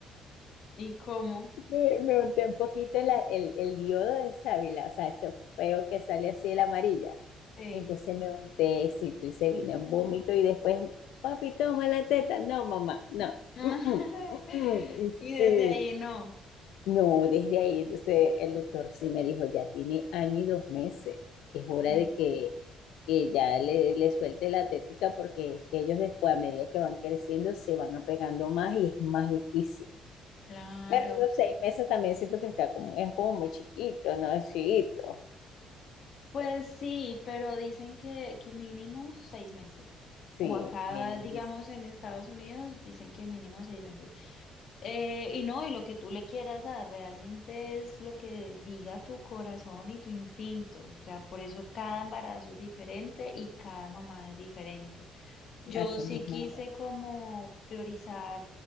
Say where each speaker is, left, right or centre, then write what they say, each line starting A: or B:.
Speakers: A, on the left; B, on the left.
A: ¿Y cómo?
B: Me, me unté un poquito la- el, el diodo de sábila, o sea, ese feo que sale así de la amarilla.
A: Sí.
B: Entonces me unté éxito y se vino en vómito y después, papi, toma la teta. No, mamá, no.
A: Ah,
B: Mm, mm,
A: <laughs>
B: mm, mm.
A: Y
B: Sí,
A: desde ahí no.
B: No, desde ahí, entonces el doctor sí me dijo, ya tiene año y dos meses, es hora
A: Sí,
B: de que,
A: no.
B: que ya le, le suelte la tética porque es que ellos después, a medida que van creciendo, se van apegando más y es más difícil.
A: Claro.
B: Pero a los seis meses también siento que está como, es como muy chiquito, ¿no? Es chiquito.
A: Pues sí, pero dicen que, que mínimo seis meses.
B: Sí,
A: O acá,
B: miren,
A: digamos, en Estados Unidos, dicen que mínimo seis meses. Eh, y no, y lo que tú le quieras dar realmente es lo que diga tu corazón y tu instinto. O sea, por eso cada embarazo es diferente y cada mamá es diferente. Yo
B: así
A: sí
B: mismo
A: quise
B: es.
A: como priorizar